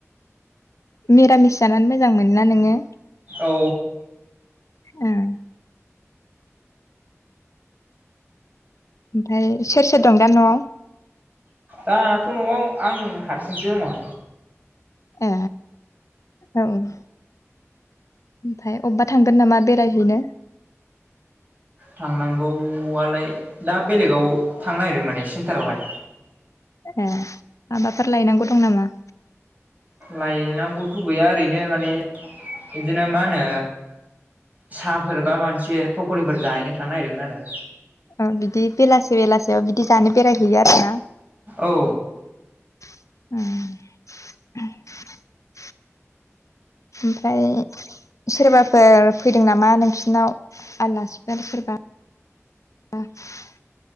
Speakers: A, on the left; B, on the right.
A: निरामिस जानानै मोजां मोन ना नोङो?
B: औ।
A: ओम। ओमफ्राय सोर सोर दं दा न'आव?
B: दाथ' न'आव आं हारसिंसो दङ।
A: ए औ। ओमफ्राय अबावबा थांगोन नामा बेरायहैनो?
B: थांनांगौआलाय दा बेलेगाव थांनो नागिरदोंमोन माने सेन्टारावहाय।
A: ए माबाफोर लायनांगौ दं नामा?
B: लायनांगौथ' गैया ओरैनो माने बिदिनो मा होनो साफोर बा मोनसे पकरिफोर जाहैनो थांनो नागिरदोंमोन आरो
A: आ बिदि बेलासे बेलासेयाव बिदि जानो बेरायहैयो आरो ना?
B: औ।
A: उम ओमफ्राय सोरबाफोर फैदों नामा नोंसिनाव आलासिफोर सोरबा? <unintelligible>